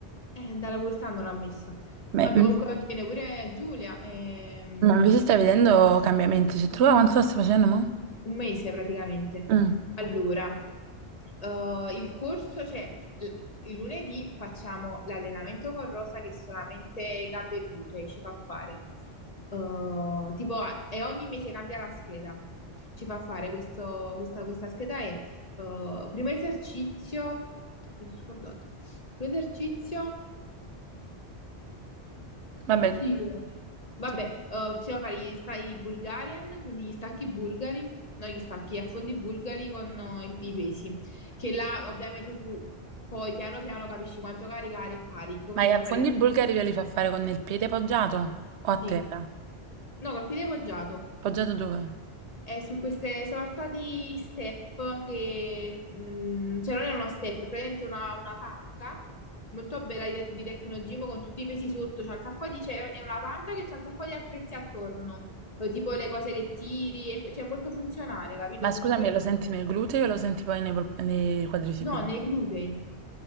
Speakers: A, on the left (about 40°); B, on the right (about 80°).
A: Eh, da quest'anno l'ha messo.
B: Beh,
A: Vabbè,
B: inve-
A: comunque oggi viene pure Giulia. ehm,
B: ma invece stai vedendo cambiamenti. Cioè, tu là quanto lo stai facendo, mo?
A: un mese praticamente.
B: Mm.
A: Allora, eh, il corso, cioè il il lunedì facciamo l'allenamento con Rosa che è solamente gambe e glutei ci fa fare. Eh, tipo, e ogni mese cambia la scheda. Ci fa fare questo, questa, questa scheda è eh, primo esercizio, mi sono scordata. primo esercizio
B: Vabbè,
A: Oddio.
B: tu-
A: Vabbè,
B: tu-
A: eh, bisogna fare gli sta- i Bulgarian, quindi gli stacchi bulgari, no, gli stacchi, gli affondi bulgari con eh, il- i pesi, che là ovviamente tu poi piano piano capisci quanto caricare e carichi, come
B: ma
A: se
B: gli affondi
A: lo faresti.
B: bulgari ve li fa fare con il piede poggiato? O a terra?
A: Sì. No, col piede poggiato.
B: Poggiato dove?
A: è su queste sorta di step che, mh, cioè non è uno step, è praticamente una, una panca molto bella di, di Tecnogym con tutti i pesi sotto, c'è un sacco di, cioè, è una panca che c'è un sacco di attrezzi attorno, eh, tipo le cose che tiri, e- cioè è molto funzionale, capito?
B: Ma
A: C'è
B: scusami,
A: un sacco di
B: lo
A: cose.
B: senti nel gluteo o lo senti poi nei, pol- nei quadricipiti?
A: No, nei glutei.